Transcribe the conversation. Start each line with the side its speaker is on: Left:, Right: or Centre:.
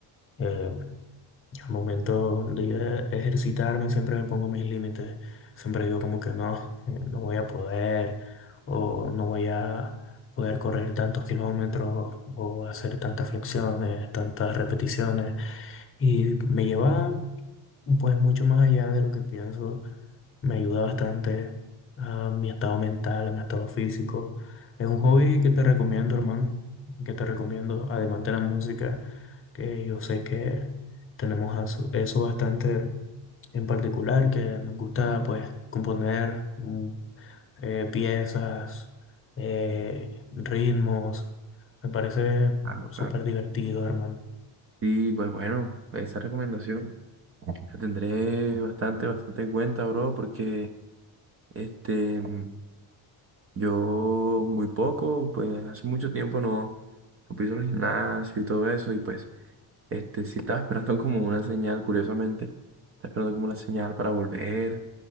Left: eh, Al momento de yo e- ejercitarme, siempre me pongo mis límites. Siempre digo como que no, eh, no voy a poder, o no voy a poder correr tantos kilómetros, o hacer tantas flexiones, tantas repeticiones. Y me lleva pues mucho más allá de lo que pienso, me ayuda bastante a mi estado mental, a mi estado físico. Es un hobby que te recomiendo, hermano, que te recomiendo, además de la música, que yo sé que tenemos aso- eso bastante en particular, que nos gusta pues componer mm, eh, piezas, eh, ritmos. Me parece
Right: Claro,
Left: súper
Right: claro.
Left: divertido, hermano.
Right: sí pues bueno, esa recomendación la tendré bastante, bastante en cuenta, bro, porque este, mm, yo muy poco, pues hace mucho tiempo no, no piso en el gimnasio y todo eso, y pues este, sí estaba <laughs> esperando como una señal, curiosamente, estaba esperando como una señal para volver,